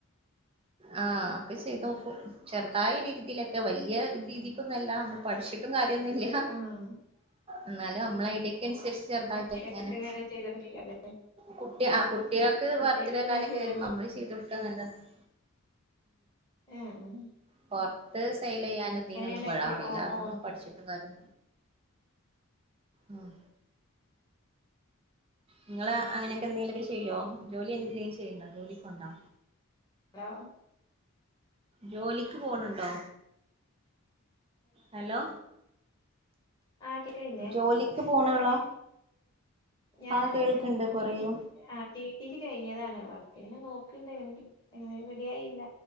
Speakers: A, on the right; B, on the left.
A: ആ ഒക്കെ ചെയ്തോക്കും ചെറുതായി രീതിയിലൊ ക്കെ വല്യ
B: ഉം
A: രീതിക്കൊന്നല്ല.
B: ഉം
A: മ്മള്‌ പഠിച്ച്ട്ടും കാര്യൊന്നുല്ല.
B: ആഹ്
A: എന്നാലും നമ്മളെ ഐഡിക്കൻസരിച്ച് ചെറുതായിട്ട്
B: കേക്കൊക്കെങ്ങനെ
A: ഇങ്ങനെ
B: ചെയ്തൊട്ക്കേക്കാരല്ലേ
A: കുട്ടി
B: ഉം
A: ആ കുട്യേക്ക്
B: കുട്ട്യേക്കൊക്കെ
A: ബർത്തിഡേ
B: അങ്ങനെ
A: കാര്യൊക്കെ
B: ചെയ്തോക്കി
A: വരുമ്പോ അമ്മള് ചെയ്തൊട്ക്കാന്നല്ലാതെ.
B: ഏഹ് ഉം
A: പൊർത്ത് സെയിലെയ്യാനും തിനൊന്നും
B: ഇണ്ടാക്കിയെ
A: പ്പഴ അറീല.
B: ഓ
A: അതൊന്നും
B: ഓ
A: പഠിച്ച്ട്ടും കാര്യ ആഹ് ഇങ്ങള് അങ്ങനൊക്കെ എന്തെങ്കിലൊക്കെ ചെയ്യോ? ജോലി എന്തെങ്കിലും ചെയ്യ്ണ്ടോ? ജോലിക്കോവ്ണ്ടോ?
B: ഹലോ
A: ജോലിക്ക് പോണ് ണ്ടോ? ഹലോ
B: ആഹ് കേക്ക്ണ്ല്ലേ?
A: ജോലിക്ക് പോണാളാ
B: ഞാന്
A: ആഹ് കേൾക്കണ്ട്
B: എന്താ ടി
A: പറയൂ
B: ടി ആഹ് ടി ടി സി കഴിഞ്ഞതാണ്. വർക്കിനങ്ങെ നോക്ക്ണ്ട് എങ്ങനക്കി എങ്ങനെ റെഡിയായിയില്ല